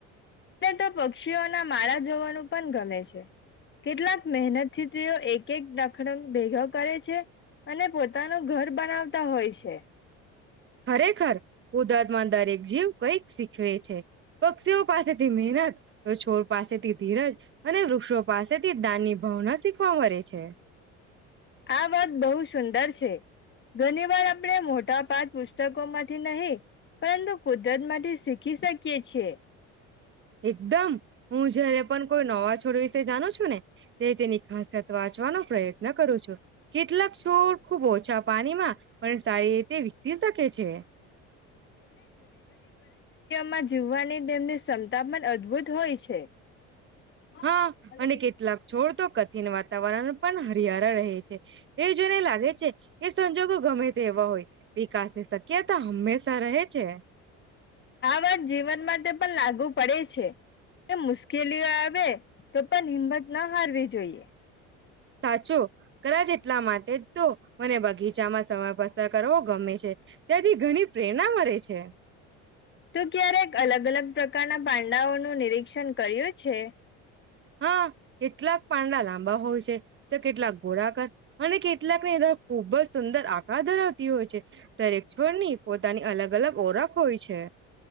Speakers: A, on the left; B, on the right.
A: એલે તો પક્ષીઓના માળા જોવાનું પણ ગમે છે કેટલાક મહેનતથી તેઓ એક એક દખડંગ ભેગા કરે છે અને પોતાનું ઘર બનાવતા હોય છે.
B: ખરેખર કુદરતમાં દરેક જીવ કંઈક શીખવે છે પક્ષીઓ પાસેથી મહેનત તો છોડ પાસેથી ધીરજ અને વૃક્ષો પાસેથી દાનની ભાવના શીખવા મળે છે.
A: આ વાત બહુ સુંદર ઘણી વાર આપણે મોટા પાદ પાક વિશે પુસ્તકો માંથી નહી પરંતુ કુદરત માંથી શીખી શકીએ છીએ.
B: એકદમ હું જયારે પણ કોઈ નવા છોડ વિશે જાણુ છું ને ત તેની ખાસિત વાંચવાનો પ્રયત્ન કરું છું કેટલાક છોડ ખૂબ ઓછા પાણીમાં પણ સારી રીતે વિકસી શકે છે.
A: માં જીવવાની તેમની ક્ષમતા ામાન અદભુત હોય છે. <unintelligible> આ
B: હા અને કેટલાક છોડ તો કથિન વાતાવરણ પણ હરિયાળા રહે છે તે જોઈને લાગે છે કે સંજોગો ગમે તેવા હોય વિકાસની શક્યતા હંમેશા રહે છે
A: વાત જીવન માટે પણ લાગુ પડે છે મુશ્કેલીઓ આવે તો પણ હિંમત ના હારવી જોઈએ.
B: સાચો કદાચ એટલા માટે તો મને બગીચામાં સમય પસાર કરવો ગમે છે ત્યાંથી ઘણી પ્રેરણા મળે છે
A: તું ક્યારેક અલગ અલગ પ્રકારના પાંડાઓનું નિરીક્ષણ કર્યું છે
B: હા કેટલાક પાંડા લાંબા હોય છે તો કેટલાક ઘોળાક અને કેટલાકને ખૂબ જ સુંદર આકાર ધરાવતી હોય છે દરેક સ્વરની પોતાની અલગ અલગ ઓળખ હોય છે